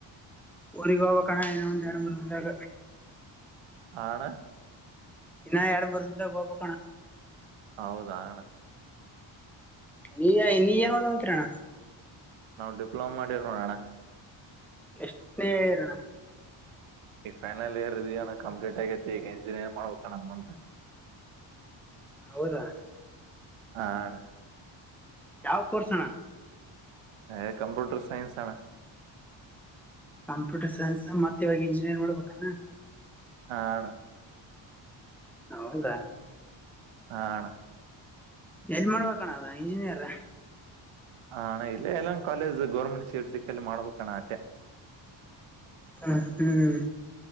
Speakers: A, in the centre; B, on the right (about 80°).
A: ಒಗೋವ ಕಣ ಇನಂತಡು ಮೂರು ಬಂದಾಗ
B: ಆಣ
A: ಇನ್ನ ಇಡಂಬರುಂತ ಕೋಪ ಕೋಣ
B: ಹೌದಾಣ
A: ನೀ ನೀ ಯಏನದ ಮಾತ್ರಣ
B: ನಾವು ಡಿಪ್ಲೊಮ ಮಾಡಿರ ನೋಡಣ್ಣ
A: ಎಷ್ಟನೇ ಇಯರಣ
B: ಈಗ ಫೈನಲ್ ಇಯರ್ ಇದವಿಣ್ಣ ಕಂಪ್ಲೀಟ್ ಆಗೈತೆ ಈಗ ಇಂಜಿನಿಯರಿಂಗ್ ಮಾಡ್ಬೇಕಣ್ಣ ಮುಂದ
A: ಹೌದಾ
B: ಆ ಅಣ್ಣ
A: ಯಾವ ಕೋರ್ಸೋಣ
B: ಹೆ ಕಂಪ್ಯೂಟರ್ ಸೈನ್ಸ್ ಅಣ್ಣ
A: ಕಂಪ್ಯೂಟರ್ ಸೈನ್ಸಾಗ ಮತ್ತ ಇವಾಗ ಇಂಜಿನಿಯರಿಂಗ್ ಮಾಡ್ಬೇಕನ
B: ಹ ಅಣ್ಣ
A: ಹೌದಾ
B: ಹಾ ಅಣ್ಣ
A: ಎಲ್ ಮಾಡ್ಬೇಕಣ ಅದ ಇಂಜಿನಿಯರ್
B: ಹಾ ಅಣ್ಣ ಇಲ್ಲೆ ಎಲ್ಲೆನ ಕಾಲೇಜ ಗೌರ್ಮೆಂಟ್ ಶೀಟ್ ಸಿಕ್ಕೆಲ್ಲ ಮಾಡ್ಬೇಕಣ ಆಟೆ
A: ಹ ಹ್ಮ್